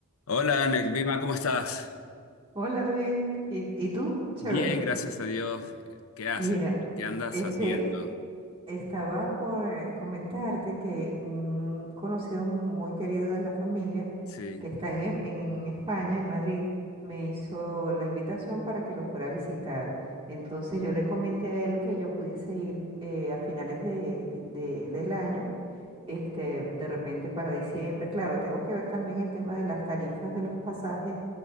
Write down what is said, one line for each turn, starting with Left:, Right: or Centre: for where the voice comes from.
Left: Hola, Nekvima, ¿cómo estás?
Right: Hola, bien. ¿Y, y tú? Chévere.
Left: Bien, gracias a Dios. ¿Qué haces?
Right: Mira,
Left: ¿Qué andas
Right: este,
Left: haciendo?
Right: estaba por eh, comentarte que un conocido mu- muy querido de la familia
Left: Sí.
Right: que está en, E- en España, en Madrid, me hizo la invitación para que lo fuera a visitar. Entonces yo le comenté a él que yo pudiese ir eh, a finales de- de- del año, este, de repente para diciembre. Claro, tengo que ver también el tema de las tarifas de los pasajes